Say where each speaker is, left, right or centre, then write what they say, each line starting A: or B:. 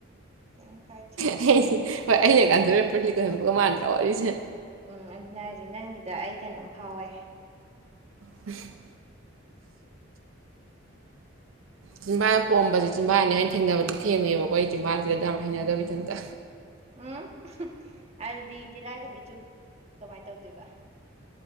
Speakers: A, on the right (about 35°); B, on the right (about 85°).
A: ꯀꯩꯝ ꯀꯥꯏꯗꯦ
B: ꯍꯣꯏ ꯑꯩꯅ ꯀꯥꯟꯗꯔꯦ ꯄ꯭ꯔꯂꯤꯛ ꯀ ꯑꯣꯏꯕꯒ ꯃꯥꯟꯅꯗ꯭ꯔꯥ ꯋꯥꯔꯤꯁꯦ
A: ꯎꯝ ꯑꯗꯨꯅ ꯍꯥꯏꯔꯤꯁꯦ ꯅꯪꯒꯤꯗ ꯑꯩ ꯀꯩꯅꯣꯝ ꯐꯥꯎꯋꯦ
B: <inaudible> ꯆꯤꯟꯝꯕꯥꯥ ꯄꯣꯝꯕꯁꯦ ꯆꯤꯝꯕꯥꯥꯅꯤ ꯍꯥꯏꯅ ꯊꯦꯡꯅꯕꯗꯤ ꯊꯦꯡꯉꯦꯕꯀꯣ ꯑꯩ ꯆꯤꯝꯕꯥꯥꯁꯤꯗ ꯑꯗꯨ ꯌꯥꯝ ꯍꯩꯅꯗꯕ ꯏꯊꯟꯇ
A: ꯎꯝ ꯑꯗꯨꯗꯤ ꯇꯤꯜꯂꯥꯏ ꯈꯣꯝꯕꯤ ꯆꯨ ꯀꯃꯥꯏꯅ ꯇꯧꯗꯣꯏꯕ